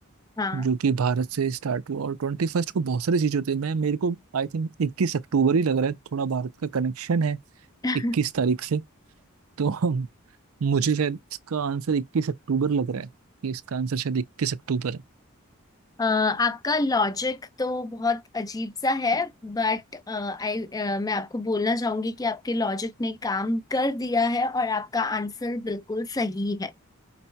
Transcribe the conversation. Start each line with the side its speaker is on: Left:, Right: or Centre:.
Left: हाँ
Right: जो कि भारत से स्टार्ट हुआ और ट्वेंटी फर्स्ट को बहुत सारी चीजें होती है मैं मेरे को आई थिंक इक्कीस अक्टूबर ही लग रहा है थोड़ा भारत का कनेक्शन है
Left: <laughs>
Right: इक्कीस तारीख से तो <laughs> मुझे शायद इसका आंसर इक्कीस अक्टूबर लग रहा है कि इसका आंसर शायद इक्कीस अक्टूबर है
Left: अ, आपका लॉजिक तो बहुत अजीब सा है बट आई मैं आपको बोलना चाहूंगी कि आपके लॉजिक ने काम कर दिया है और आपका आंसर बिल्कुल सही है